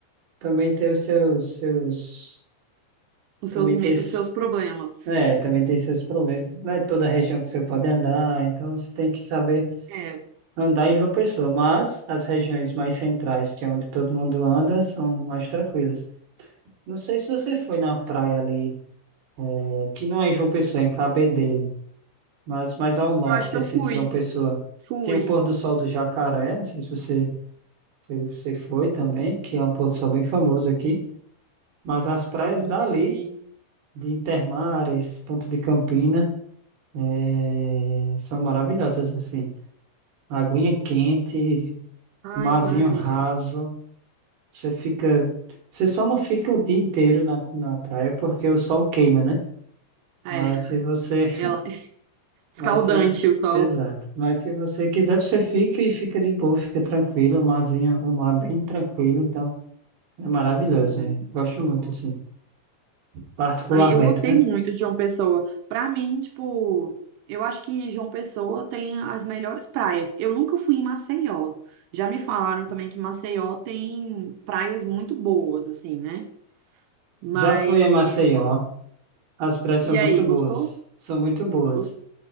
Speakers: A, on the right; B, on the right.
A: também tem os seus, seus,
B: os
A: também
B: seus me-
A: tem, s-
B: os seus problemas.
A: é, também tem seus problemas. Não é toda região que você pode andar, então você tem que saber
B: É,
A: andar em João Pessoa, mas as regiões mais centrais, que é onde todo mundo anda, são mais tranquilas. Não sei se você foi na praia ali, é, que não é em João Pessoa, é em Cabedelo, mas mais ao norte,
B: eu acho que eu
A: assim,
B: fui,
A: de João Pessoa.
B: fui.
A: Tem o pôr do sol do Jacaré, não sei se você, se você foi também, que é um pôr do sol bem famoso aqui. Mas as praias
B: Ai, não
A: dali,
B: sei.
A: de Intermares, Ponta de Campina, é, são maravilhosas, assim. Aguinha quente,
B: Ai,
A: marzinho
B: que maravilha.
A: raso. Você fica. Você só não fica o dia inteiro na, na praia porque o sol queima, né?
B: É,
A: Mas se você. <laughs>
B: ela... escaldante
A: Mas se.
B: o sol.
A: Exato. Mas se você quiser, você fica e fica de boa, fica tranquilo. O marzinho, o mar é bem tranquilo. Então, é maravilhoso,
B: Uhum.
A: né? Gosto muito, assim. Particularmente,
B: Ai, eu gostei
A: né?
B: muito de João Pessoa. Pra mim, tipo, eu acho que João Pessoa tem as melhores praias. Eu nunca fui em Maceió. Já me falaram também que Maceió tem praias muito boas, assim, né? Mas.
A: Já fui a Maceió. As praias são
B: E
A: muito
B: aí,
A: boas.
B: gostou?
A: São muito boas.
B: Gost...